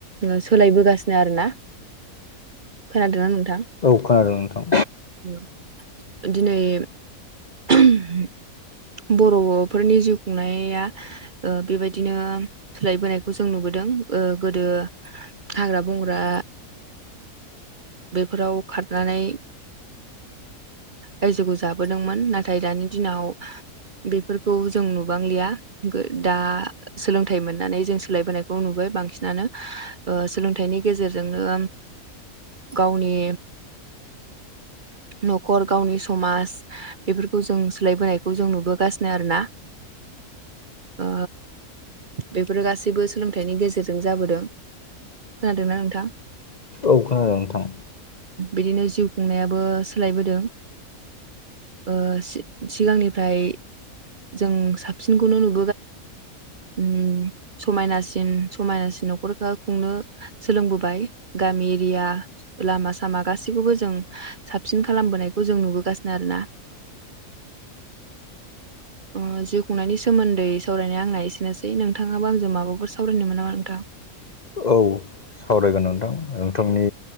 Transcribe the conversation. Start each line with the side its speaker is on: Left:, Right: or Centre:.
Right: ओ सोलायबोगासिनो आरोना खोनादोंना नोंथां
Left: औ खोनादों नोंथां
Right: ओ दिनै ओह बर'फोरनि जिउ खुंनाया ओ बेबायदिनो सोलायबोनायखौ जों नुबोदों ओ गोदो हाग्रा बंग्रा बेफोराव खारनानै रायजोखौ जाबोदोंमोन नाथाय दानि दिनाव बेफोरखौ जों नुबांलिआ ओ दा सोलोंथाइ मोननानै जों सोलायबोनायखौ नुबाय बांसिनानो ओ सोलोंथाइनि गेजेरजोंनो गावनि न'खर गावनि समाज बेफोरखौ जों सोलायबोनायखौ जों नुबोगासिनो आरो ना ओ बेफोरो गासैबो सोलोंथाइनि गेजेरजों जाबोदों खोनादोंना नोंथां
Left: औ खोनादों नोंथां
Right: बिदिनो जिउ खुंनायाबो सोलायबोदों ओ सिगांनिफ्राय जों साबसिनखौनो नुबोगासिनो उम समायनासिन समायनासिन न'खरखो खुंनो सोलोंबोबाय गामि एरिया लामा सामा गासैखौबो जों साबसिन खालामबोनायखौ जों नुबोगासिनो आरो ना <inaudible> जिउ खुंनायनि सोमोन्दै सावरायनाय आंना एसेनोसै नोंथाङाबो आंजों माबाफोर सावरायनो मोन नामा नोंथां
Left: औ सावरायगोन नोंथां नोंथांनि